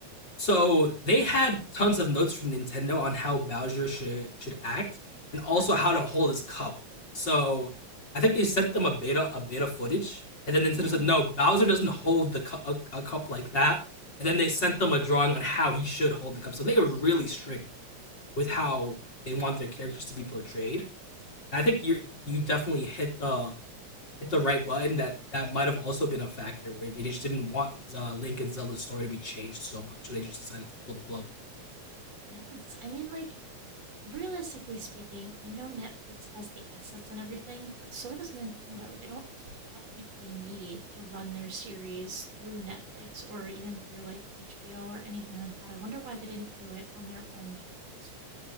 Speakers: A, on the left; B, on the right.
A: So they had tons of notes from Nintendo on how Bowser should should act and also
B: Right.
A: how to hold his cup. So I think they sent them a beta a beta footage, and then Nintendo
B: Really?
A: said no, Bowser doesn't hold the cu- a, a cup like that. And then they sent them a drawing on how he should hold the cup. So they are really strict with how they want their characters to be portrayed. And I think you you definitely hit the hit the right button. That that might have also been a factor where they just didn't want uh, Link and Zelda's story to be changed so much, so they just decided to pull the plug.
B: Yes. I mean, like, realistically speaking, I know Netflix has the assets and everything, but so does Nintendo. They don't technically need to run their series through Netflix or even through, like, HBO or anything like that. I wonder why they didn't do it on their own terms.